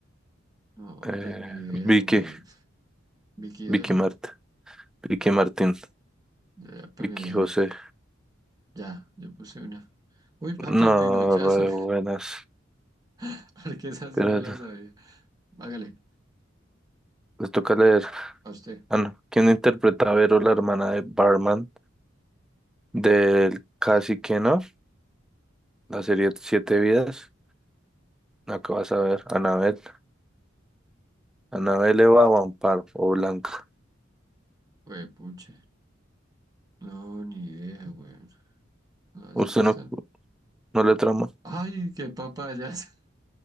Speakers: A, on the right; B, in the centre.
A: no,
B: eh,
A: pues ni idea,
B: Vicky,
A: güey. Vicky Dávila.
B: Vicky Mart, Vicky Martín,
A: Yo Voy a poner,
B: Vicky José.
A: ya, yo puse una. Uy, papi,
B: No,
A: el pinochazo,
B: re buenas.
A: <laughs> porque esa
B: Pero
A: sí no la sabía. Hágale,
B: les toca leer.
A: a usted.
B: Ah, no. ¿Quién interpreta a Vero, la hermana de Barman del Cacique, no? La serie Siete Vidas, la que vas a ver, Anabel. Anabel Eva o Amparo o Blanca.
A: Güey, puche. No, ni idea, güey.
B: <laughs>
A: No, esas
B: ¿Usted
A: están.
B: no, no le trama?
A: ¡Ay, qué papayas!